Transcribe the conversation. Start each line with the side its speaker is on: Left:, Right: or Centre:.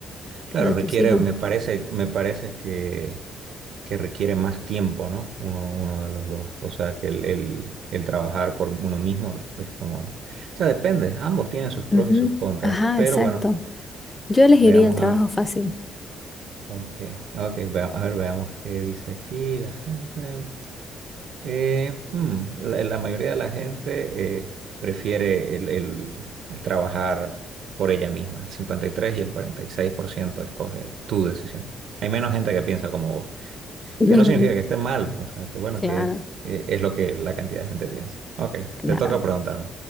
Right: claro,
Left: o de
Right: requiere,
Left: tus hijos.
Right: me parece, me parece que, que requiere más tiempo, ¿no? Uno, uno de los dos. O sea, que el, el, el trabajar por uno mismo es como... O sea, depende, ambos tienen sus pros
Left: Ujú.
Right: y sus contras,
Left: Ajá,
Right: pero
Left: exacto.
Right: bueno,
Left: Yo elegiría
Right: veamos
Left: el trabajo
Right: a ver.
Left: fácil.
Right: Ok, ok, vea- a ver, veamos qué dice aquí la gente. Eh, hmm, la, la mayoría de la gente eh, prefiere el, el- el trabajar por ella misma. El cincuenta y tres y el 46% escoge tu decisión. Hay menos gente que piensa como vos,
Left: <laughs>
Right: que no significa que esté mal, o sea, que bueno,
Left: Claro,
Right: que es, eh, es lo que la cantidad de gente piensa. Ok,
Left: claro.
Right: te toca preguntarme.